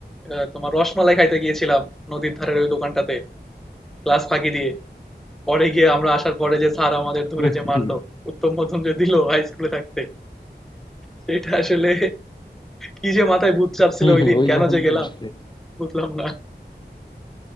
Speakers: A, in the centre; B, on the left (about 25°).
A: আহ, তোমার রসমালাই খাইতে গিয়েছিলাম নদীর ধারের ওই দোকানটাতে ক্লাস ফাঁকি দিয়ে পরে গিয়ে আমরা আসার পরে যে স্যার আমাদের ধরে
B: হম,
A: যে মারলো উত্তম মধ্যম যে দিল হাই স্কুলে থাকতে সেটা আসলে কি যে মাথায় ভূত চাপছিল
B: হম,
A: ওই
B: হম,
A: দিন
B: ওই
A: কেন
B: ঘটনা
A: যে গেলাম
B: তো আসছে
A: বুঝলাম না